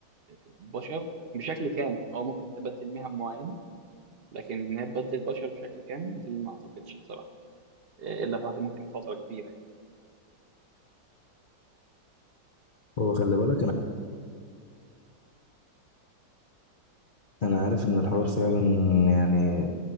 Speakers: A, on the right; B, on the left.
A: البشر بشكل كامل او ممكن تبدل مهن معينه لكن ان هي تبدل البشر بشكل كامل دي ما اعتقدش بصراحه آه، الا بعد ممكن فتره كبيره يعني
B: هو خلي بالك أنا أنا عارف إن الحوار فعلا يعني